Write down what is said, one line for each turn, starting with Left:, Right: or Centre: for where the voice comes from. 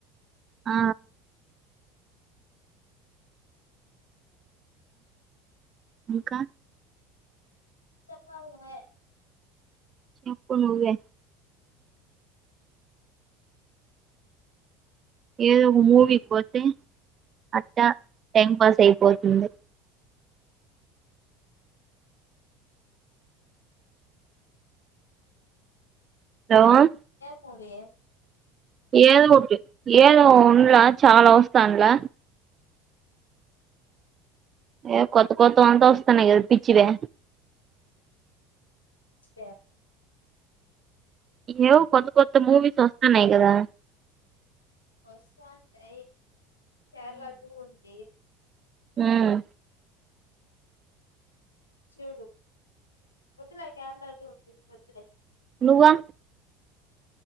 Right: ఆ ఇంకా
Left: చెపావు ఎ
Right: చెప్పు నువ్వే ఏదో ఒక మూవీకి పోతే అట్టా టైం పాస్ అయిపోతుంది హలో
Left: పోలే
Right: ఏదో ఒకటి ఏదో ఉండలా చాలా వస్తు స్తంలా ఏ కొత్త కొత్తవీ అంత వస్తనయ్ పిచ్చివె
Left: సే
Right: ఇయూ కొత్త కొత్త మూవీస్ వస్తాన్నాయ్ కదా
Left: వస్తాంటాయి కేరళ టూ ఉంది
Right: హ్మ్
Left: చూడు వద్దులే కేరళటుూ ఉంది వద్దులే
Right: నువ్వు